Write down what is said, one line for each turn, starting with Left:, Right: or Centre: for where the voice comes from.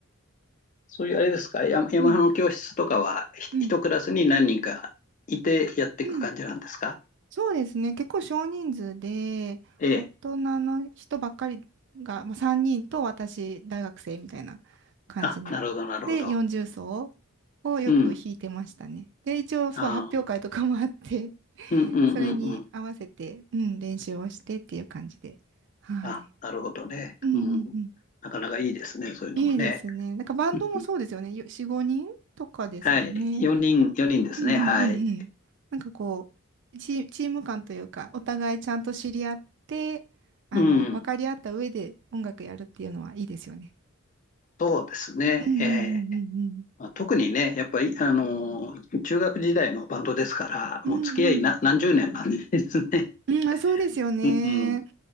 Left: そういうあれですか、ヤマヤマハの教室とかは、
Right: うん。
Left: ひ一クラスに何人かいてやっていく感じなんですか
Right: うん。うん。そうですね。結構少人数で、
Left: ええ。
Right: 大人の人ばっかりが、まあ、3人と私、大学生みたいな感じの。
Left: あ、なるほど、なるほど。
Right: で、40奏をよく弾いてましたね。
Left: うん。
Right: で、一応、そう、
Left: あー
Right: 発表会とかもあって、<laughs>
Left: うんうんうんうん。
Right: それに合わせて、うん、練習をしてっていう感じで。はい。
Left: あ、なるほどね。
Right: うんうんうん。
Left: うん。なかなかいいですね、そういうのもね。
Right: いいですね。なんかバンドもそうですよね。
Left: うん。
Right: よ4、5人とかですもんね。
Left: はい。4人、4人ですね。
Right: うんうんうんうん。
Left: はい。
Right: なんかこう、チ、チーム感というか、お互いちゃんと知り合って、あの、
Left: うん。
Right: 分かり合った上で音楽やるっていうのはいいですよね。
Left: そうですね。
Right: うんうんうん
Left: ええ。まあ、特にね、やっぱり、あのー中学時代のバンドですから、
Right: うんうん。
Left: もう付き合いな何十年なんですね。
Right: うんうん。うん、あ、そうですよね。
Left: うん。